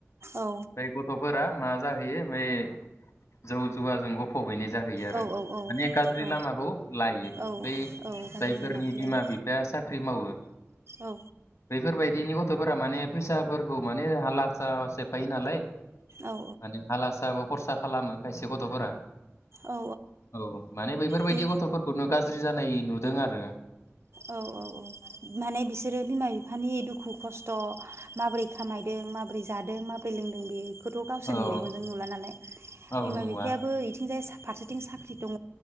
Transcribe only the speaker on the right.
औ
औ
औ
औ
औ गाज्रि
लामाखौ लायो
औ
औ
औ
बे
औ औ औ माने बिसोरो बिमा बिफानि दुखु खस थ माब्रै खामायदों माब्रै जादों माब्रै लोंदों बे खौथ गावसोरनि
मेगनजों नुला नालाय
बिमा
बिफायाबो इथिंजाय फारसेथिं साख्रि दंङ